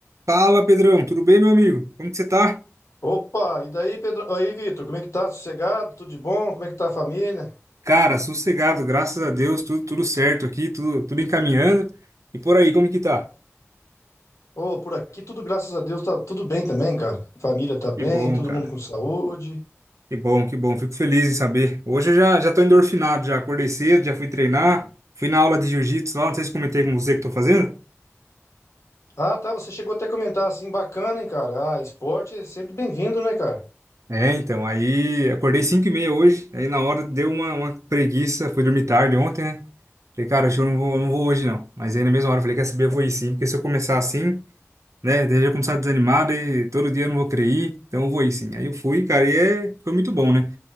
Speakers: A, on the right; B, on the left.
A: Fala, Pedrão, tudo bem, meu amigo? Como que você tá?
B: Opa, e daí, Pedro? Oi, Vitor, como é que tá? Sossegado? Tudo de bom? Como é que tá a família?
A: Cara, sossegado, graças a Deus, tudo, tudo certo aqui, tudo, tudo encaminhando. E por aí, como que tá?
B: Ô, por aqui tudo, graças a Deus, tá tudo bem também, cara. Família tá bem,
A: Que bom,
B: todo
A: cara.
B: mundo com saúde.
A: Que bom, que bom. Fico feliz em saber. Hoje eu já, já tô endorfinado, já acordei cedo, já fui treinar, fui na aula de jiu-jitsu lá, não sei se comentei com você que tô fazendo.
B: Ah, tá, você chegou até a comentar assim, bacana, hein, cara? Ah, esporte é sempre bem-vindo, né, cara?
A: É, então, aí acordei cinco e meia hoje, aí na hora deu uma, uma preguiça, fui dormir tarde ontem, né? Falei, cara, acho que eu não vou, não vou hoje não. Mas aí na mesma hora eu falei, quer saber, eu vou ir sim, porque se eu começar assim. né? Daí já começar desanimado e todo dia eu não vou querer ir, então eu vou ir sim. Aí eu fui, cara, e é, foi muito bom, né?